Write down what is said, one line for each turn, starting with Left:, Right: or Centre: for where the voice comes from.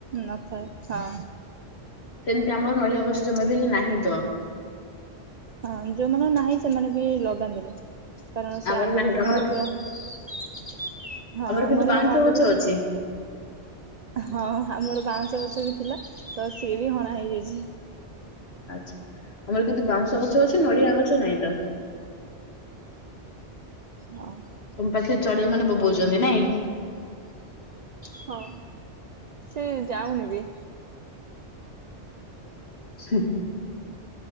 Right: ନଥାଏ ହଁ।
Left: ସେମିତି ଆମର ନଡିଆ ଗଛ ଜମା ବି ହେଲେ ନାହିଁ ତ।
Right: ହଁ ଯୋଉ ମାନଙ୍କର ନାହିଁ ସେମାନେ ବି ଲଗାନ୍ତିନି। କାରଣ ସେ
Left: ଆମର
Right: ଆଗୁରୁ
Left: ନାହିଁ
Right: ଯାହା
Left: ତ ଆମର
Right: ରହିଛି ହଁ ଆମର
Left: କିନ୍ତୁ ବାଉଁଶ
Right: ଆଗୁରୁ
Left: ଗଛ
Right: ଥି
Left: ଅଛି।
Right: ହଁ ଆମର ବାଉଁଶ ଗଛ ବି ଥିଲା ତ ସିଏ ବି ହଣା ହେଇଯାଇଛି।
Left: ଆଛା ଆମର କିନ୍ତୁ ବାଉଁଶ ଗଛ ଅଛି ନଡିଆ ଗଛ ନାହିଁ ତ।
Right: ହଁ।
Left: ତମ ପାଖରେ ଚଢେଇ ମାନେ ବୋବଉଛନ୍ତି ନାଇଁ?
Right: ହଁ ସେ ଯାଉନି ବେ।
Left: ସେ ହୁଁ।